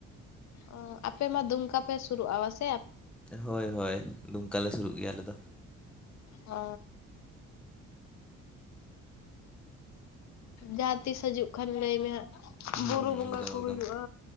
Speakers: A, on the left; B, in the centre.
A: ᱚᱻ ᱟᱯᱮ ᱢᱟ ᱫᱩᱢᱠᱟ ᱯᱮ ᱥᱩᱨᱩᱜ-ᱟ ᱵᱟ ᱥᱮ?
B: ᱦᱳᱭ ᱦᱳᱭ, ᱫᱩᱢᱠᱟ ᱞᱮ ᱥᱩᱨᱩᱜ ᱜᱮᱭᱟ ᱟᱞᱮ ᱫᱚ᱾
A: ᱚᱻ᱾ ᱡᱟᱦᱟᱸ ᱛᱤᱥ ᱦᱤᱡᱩᱜ ᱠᱷᱟᱱ ᱞᱟᱹᱭ ᱢᱮ ᱦᱟᱸᱜ᱾
B: ᱦᱩᱸ
A: ᱵᱩᱨᱩ ᱵᱚᱸᱜᱟ
B: ᱮᱠᱫᱚᱢ
A: ᱠᱚ
B: ᱮᱠᱫᱚᱢ᱾
A: ᱦᱩᱭᱩᱜ-ᱟ᱾